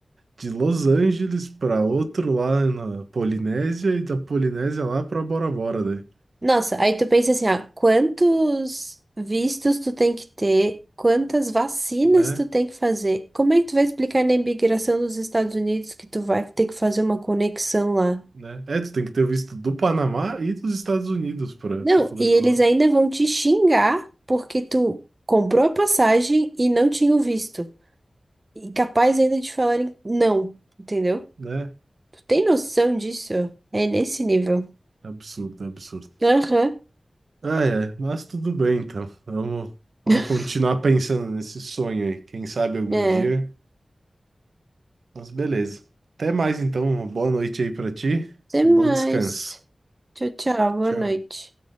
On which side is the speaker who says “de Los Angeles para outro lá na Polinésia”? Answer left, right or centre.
Right